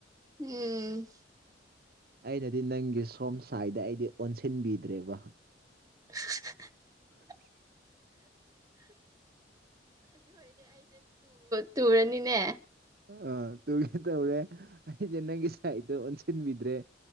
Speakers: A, on the right; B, on the right.
A: ꯎꯝ
B: ꯑꯩꯅꯗꯤ ꯅꯪꯒꯤ ꯁꯣꯝ ꯁꯥꯏꯗ ꯑꯩꯗꯤ ꯑꯣꯟꯁꯤꯟꯕꯤꯗ꯭ꯔꯦꯕ
A: <inaudible>
B: <inaudible>
A: ꯇꯨꯨꯔꯅꯤꯅꯦ
B: ꯑ ꯇꯨꯒꯦ ꯇꯧ꯭ꯔꯦ ꯑꯩꯗꯦ ꯅꯪꯒꯤ ꯁꯥꯏꯗꯣ ꯑꯣꯟꯁꯤꯟꯕꯤꯗ꯭ꯔꯦ